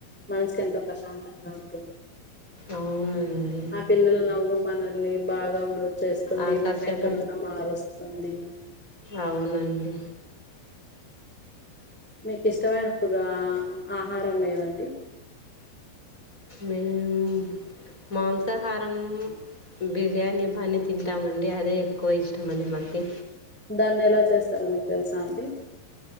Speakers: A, in the centre; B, on the left (about 15°).
A: మనసుకి ఎంతో ప్రశాంతంగా ఉంటుంది
B: అవునండి
A: ఆ పిల్లల నవ్వు మనల్ని బాగా చేస్తుంది
B: ఆకర్షక
A: మనం ఎక్కడున్నా మారుస్తుంది
B: అవునండి
A: మీకు ఇష్టమైన ఫుడ్ ఆ ఆహారం ఏదండి
B: మేము మాంసాహారం బిర్యానీ బానే తింటామండి అదే ఎక్కువ ఇష్టంమండి మనకి
A: దాన్ని ఎలా చేస్తారో మీకు తెలుసా అండి